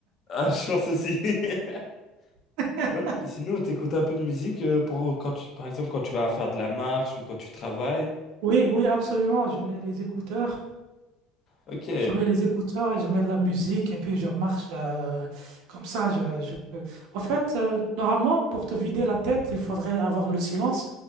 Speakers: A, on the left (about 45°); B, on the right (about 70°).
A: Ah, je pense aussi. <laughs>
B: <laughs>
A: Ouais, Sinon, t'écoutes un peu de musique euh, pour quand tu, par exemple, quand tu vas faire de la marche ou quand tu travailles.
B: Oui, oui, absolument. Je mets les écouteurs.
A: Ok.
B: Je mets les écouteurs et je mets de la musique et puis je marche euh, comme ça. Je, je- En fait, euh, normalement, pour te vider la tête, il faudrait avoir le silence.